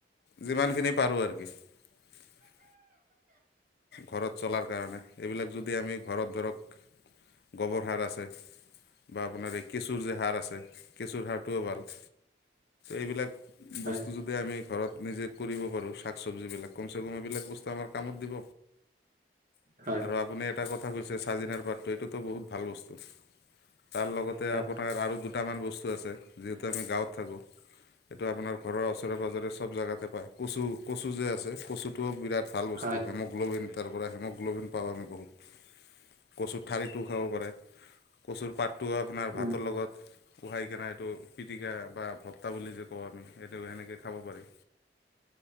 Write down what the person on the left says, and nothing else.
যিমানখিনি পাৰোঁ আৰু <inaudible> ঘৰত চলাৰ কাৰণে এইবিলাক যদি আমি ঘৰত ধৰক গৱৰসাৰ আছে বা আপোনাৰ এই কেঁচুৰ যে সাৰ আছে, কেঁচুৰ সাৰটোও ভাল। এইবিলাক
বস্তু যদি আমি ঘৰত নিজে কৰিব পাৰোঁ শাক চবজিবিলাক কমচে কম এইবিলাক বস্তু আমাৰ কামত দিব,
আৰু আপুনি এটা কথা কৈছে চাজিনাৰ পাতো এইটো টো বহুত ভাল বস্তু, তাৰ লগতে
আপোনাৰ আৰু দুটামান বস্তু আছে যিহেতু আমি গাঁৱত থাকোঁ। সেইটো আপোনাৰ ঘৰৰ ওচৰে পাঁজৰে চব জেগাতে পায় কচু। কচু যে আছে কচুটোও বিৰাট ভাল বস্তু
হেম'গ্ল'বিন তাৰ পৰা হেমগ্ল'বিন পাওঁ আমি বহুত। কচুৰ ঠাৰিটোও খাব পাৰে, কচুৰ পাতটো আপোনাৰ ভাতৰ
লগত ভূহাই কিনে এইটো পিটিকা বা ভত্তা বুলি যে কওঁ আমি এইটো সেনেকে খাব পাৰি।